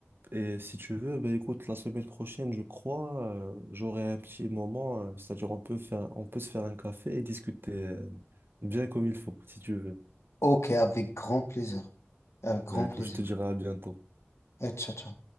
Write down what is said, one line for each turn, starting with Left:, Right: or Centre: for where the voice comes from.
Right: Et si tu veux, bah écoute, la semaine prochaine, je crois, euh, j'aurai un petit moment, euh, c'est-à-dire on peut faire, on peut se faire un café et discuter, euh, bien comme il faut, si tu veux.
Left: Ok, avec grand plaisir. Avec grand
Right: Bah écoute,
Left: plaisir.
Right: je te dirai à bientôt.
Left: Et ciao, ciao.